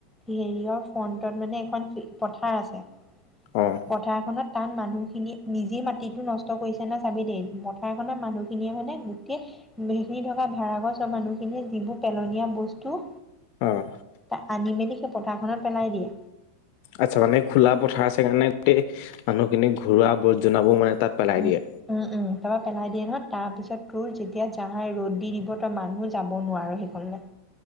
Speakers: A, in the centre; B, on the left.
A: হেৰিয়ৰ ফ্ৰণ্টত মানে এখন পথাৰ আছে।
B: অহ।
A: পথাৰখনত তাত মানুহখিনি নিজে মাটিতো নষ্ট কৰিছে না চাবি দেই পথাৰখনত মানুহ খিনিয়ে মানে গোটেই সেইখিনি থকা ভাড়া গছৰ মানুহখিনিয়ে যিবোৰ পেলনীয়া বস্তু
B: অহ।
A: তাত আনি-মেলি সেই পথাৰখনত পেলাই দিয়ে।
B: আচ্ছা মানে খোলা পথাৰ আছে কাৰণে গোটেই মানুহখিনি ঘৰুৱা আবৰ্জনাবোৰ মানে তাত পেলাই
A: উম
B: দিয়ে
A: উম', উম' তাৰাপৰা পেলাই দিয়ে নহয় তাৰপিছত তোৰ যেতিয়া জাহা ৰ'দ দি দিব, তই মানুহ যাব নোৱাৰো সেইখনলে।